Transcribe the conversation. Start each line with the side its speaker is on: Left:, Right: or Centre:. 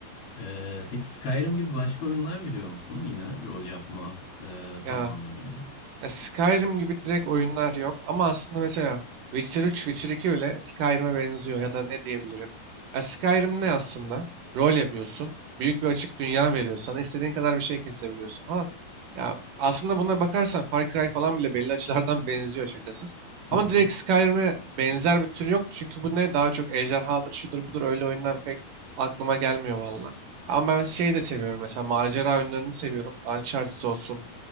Left: Ee, peki Skyrim gibi başka oyunlar biliyor musun? Yine rol yapma e,
Right: Ya.
Left: tabanlı diyeyim.
Right: Ya Skyrim gibi direkt oyunlar yok ama aslında mesela Witcher üç, Witcher 2 bile Skyrim'e benziyor ya da ne diyebilirim. Ya Skyrim ne aslında? Rol yapıyorsun. Büyük bir açık dünya veriyor sana. istediğin kadar bir şey kesebiliyorsun falan. Ya aslında buna bakarsan Far Cry falan bile belli açılardan <laughs> benziyor şakasız. Ama
Left: Hı hı,
Right: direkt Skyrim'e benzer bir tür yok. Çünkü bu ne? Daha çok ejderhadır, şudur budur öyle oyunlar pek aklıma gelmiyor valla. Ama ben şey de seviyorum mesela macera oyunlarını seviyorum. Uncharted olsun.